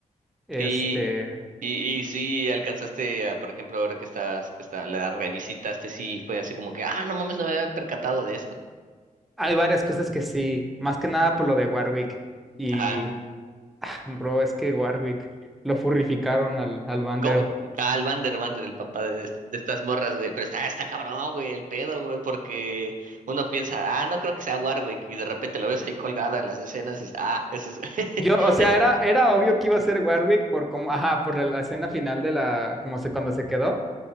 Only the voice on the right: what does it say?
Y, y, y sí alcanzaste, a, por ejemplo, ahora que estás, está, la revisitaste, sí fue así como que, ah, no mames, no me había percatado de esto.
ajá
¿Cómo? Al Vander Vander, el papá de, est- de estas morras, güey. Pero está, está cabrón, güey, el pedo, güey, porque uno piensa, ah, no creo que sea Warwick, y de repente lo ves ahí colgada en las escenas y dices, ah, ese es. <laughs>
es...